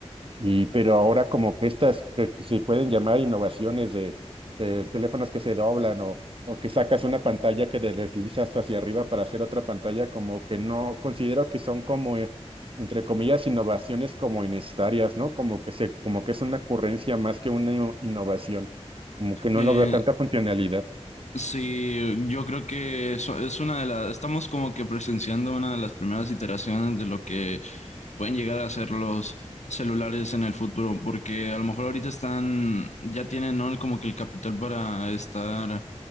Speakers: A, on the right; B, on the left.
A: y, pero ahora como que estas que se pueden llamar innovaciones de, de teléfonos que se doblan o, o que sacas una pantalla que te deslizas hacia arriba para hacer otra pantalla, como que no considero que son como, eh, entre comillas, innovaciones como innecesarias, ¿no? Como que se, como que es una ocurrencia más que una inno- innovación, como que no
B: Eh,
A: lo veo tanta funcionalidad.
B: Sí, yo creo que eso es una de las, estamos como que presenciando una de las primeras iteraciones de lo que pueden llegar a ser los celulares en el futuro, porque a lo mejor ahorita están, ya tienen, ¿no? Como que el capital para estar